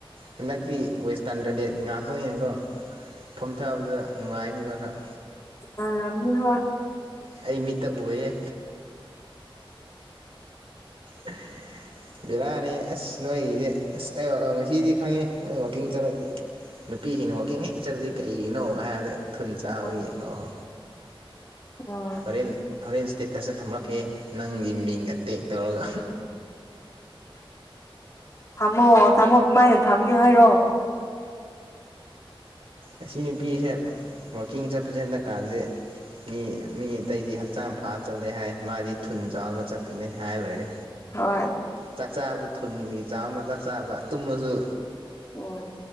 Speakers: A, on the right; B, on the left.
A: ꯍꯟꯗꯛꯇꯤ ꯋꯦꯁꯇꯥꯔꯟ ꯇꯣꯏꯂꯦꯠ ꯉꯥꯛꯇꯅꯤꯅꯀꯣ꯫ ꯐꯝ ꯊꯥꯕꯗ ꯅꯨꯡꯉꯥꯏꯅꯦꯕ ꯈꯔ
B: ꯄꯥꯜꯔꯝꯅꯤꯍꯣꯏ꯫
A: ꯑꯩ ꯃꯤꯠꯇ ꯎꯌꯦ ꯑ <unintelligible> ꯕꯦꯔꯥꯅꯤ ꯑꯁ ꯅꯣꯏꯒꯤꯁꯦ ꯑꯁ ꯑꯩ ꯉꯁꯤꯗꯤ ꯈꯪꯉꯦ ꯅꯣꯏ ꯋꯥꯛꯀꯤꯡ ꯆꯠꯂꯗꯤ ꯅꯨꯄꯤꯁꯤꯡꯅ ꯋꯥꯛꯀꯤꯡ ꯍꯦꯛ ꯆꯠꯂꯗꯤ ꯀꯩꯒꯤꯅꯣ ꯍꯥꯏꯕꯗ ꯊꯨꯟ ꯆꯥꯎꯕꯒꯤ
B: ꯎꯝ
A: ꯑꯣ
B: ꯎꯝ
A: ꯍꯣꯔꯦꯟ ꯍꯣꯔꯦꯟ ꯏꯁꯇꯦꯇꯁꯇ ꯊꯝꯃꯛꯀꯦ ꯅꯪꯒꯤ ꯃꯤꯡꯒ ꯇꯦꯛ ꯇꯧꯔꯒ
B: <inaudible> ꯊꯝꯃꯣ ꯊꯥꯝꯃꯣ ꯀꯃꯥꯏꯅ ꯊꯝꯒꯦ ꯍꯥꯏꯔꯣ
A: ꯑꯁꯤ ꯅꯨꯄꯤꯁꯦ ꯋꯥꯛꯀꯤꯡ ꯆꯠꯄꯁꯦ ꯍꯟꯗꯛꯀꯥꯟꯁꯦ꯫ ꯃꯤ ꯃꯤ ꯑꯇꯩꯗꯤ ꯍꯛꯆꯥꯡ ꯐꯅ ꯆꯠꯂꯦ ꯍꯥꯏ ꯃꯥꯗꯤ ꯊꯨꯟ ꯆꯥꯎꯅꯕ ꯆꯠꯄꯅꯤ ꯍꯥꯏ ꯂꯣꯏꯔꯦ꯫
B: ꯍꯣꯏ꯫
A: ꯆꯥꯛ ꯆꯥꯕꯗꯨ ꯊꯨꯟꯒꯤ ꯆꯥꯡ ꯆꯥꯎꯅꯕ ꯆꯥꯛ ꯆꯥꯕ ꯇꯨꯝꯕꯁꯨ
B: ꯎꯝ